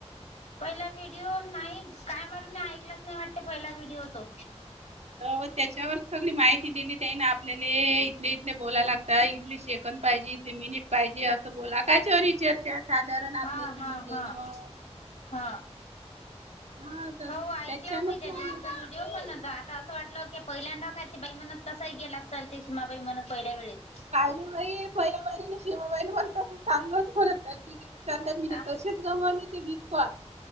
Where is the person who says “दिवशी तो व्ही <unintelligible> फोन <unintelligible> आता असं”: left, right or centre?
Left